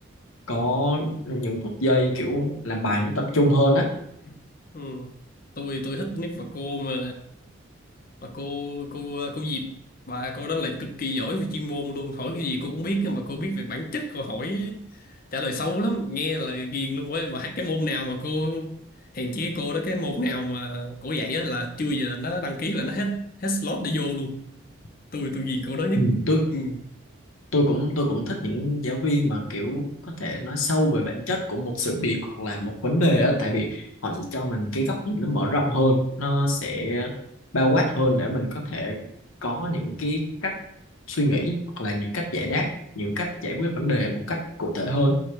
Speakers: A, on the left; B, on the left.
A: có những phút giây kiểu làm bài nó tập trung hơn á
B: <laughs> ừ. tôi tôi thích nhất bà cô mà mà cô cô ờ, cô Diệp và cô đó là cực kỳ giỏi về chuyên môn luôn hỏi cái gì cô cũng biết cơ mà cô biết về bản chất cô hỏi trả lời sâu lắm nghe là ghiền luôn ấy mà cái môn nào mà cô hèn chi cái cô đó cái môn nào mà cô dạy á là chưa giờ là nó đăng ký là nó hết hết slot để vô luôn tôi tôi ghiền cô đó nhất
A: Ừ. tôi
B: ừ.
A: tôi cũng tôi cũng thích những giáo viên mà kiểu có thể nói sâu về bản chất của một sự việc hoặc là một vấn đề á tại vì họ sẽ cho mình cái góc nhìn nó mở rộng hơn nó sẽ bao quát hơn để mình có thể có những cái cách suy nghĩ hoặc là những cách giải đáp những cách giải quyết vấn đề một cách cụ thể hơn